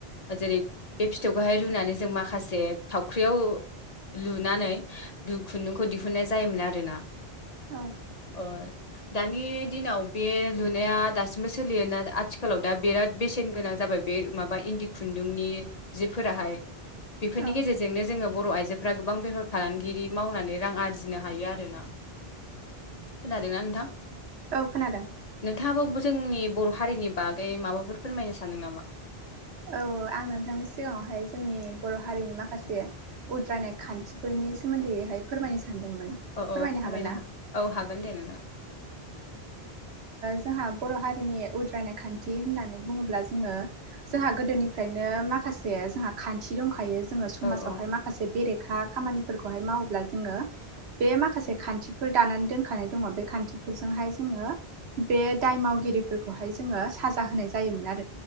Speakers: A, on the left; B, on the right.
A: जेरै बे फिथौखौहाय रुनानै जों माखासे थावख्रियाव लुनानै खुन्दुंखौ दिहुनन्नाय जायोमोन आरोना
B: औ
A: ओ दानि दिनाव बे लुनाया दासिमबो सोलियोना आथिखालाव दा बिराद बेसेन गोनां जाबाय बे माबा इन्दि खुन्दुंनि जिफोराहाय बेफोरनि
B: औ
A: गेजेरजोंनो जोङो बर' आइजोफोरा गोबां बेफार फालांगिरि मावनानै रां आरजिनो हायो आरोना खोनादोंना नोंथां
B: औ खोनादों
A: नोंथाङाबो जोंनि बर' हारिनि बागै माबाफोर फोरमायनो सानदों नामा
B: औ आं नोंथांनि सिगाङावहाय जोंनि बर' हारिनि माखासे उद्रायनाय खान्थिफोरनि नि सोमोन्दैहाय फोरमायनो सानदोंमोन
A: औ
B: फोरमायनो
A: औ
B: हागोन ना
A: हा औ हागोन दे नोंथां
B: जोंहा बर' हारिनि उद्रायनाय खान्थि होननानै बुङोब्ला जोङो जोंहा गोदोनिफ्रायनो माखासे जोंहा खान्थि दंखायो जोङो समाजावहाय
A: औ औ
B: माखासे बेरेखा खामानिफोरखौहाय मावोब्ला जोङो बे माखासे खान्थिफोर दानानै दोनखानाय दङ बे खान्थिफोरजोंहाय जोङो बे दाय मावगिरिफोरखौहाय जोङो साजा होनाय जायोमोन आरो